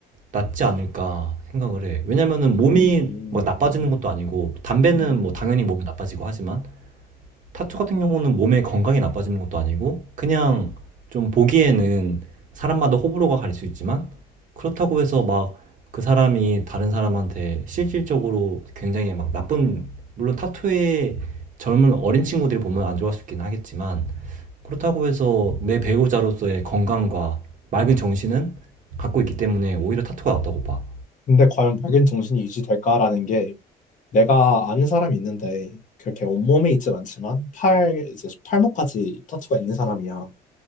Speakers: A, on the right (about 50°); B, on the left (about 50°).
A: 낫지 않을까 생각을 해. 왜냐면은 몸이
B: 음,
A: 막 나빠지는 것도 아니고, 담배는
B: 음.
A: 뭐 당연히 몸이 나빠지고 하지만, 타투 같은 경우는 몸의 건강이 나빠지는 것도 아니고, 그냥 좀 보기에는 사람마다 호불호가 갈릴 수 있지만, 그렇다고 해서 막 그 사람이 다른 사람한테 실질적으로 굉장히 막 나쁜, 물론 타투에 젊은 어린 친구들이 보면 안 좋아할 수 있긴 하겠지만, 그렇다고 해서 내 배우자로서의 건강과 맑은 정신은 갖고 있기 때문에 오히려 타투가 낫다고 봐.
B: 근데 과연 밝은 정신이 유지될까라는 게 내가 아는 사람이 있는데 그렇게 온몸에 있진 않지만 팔, 이제 팔목까지 타투가 있는 사람이야.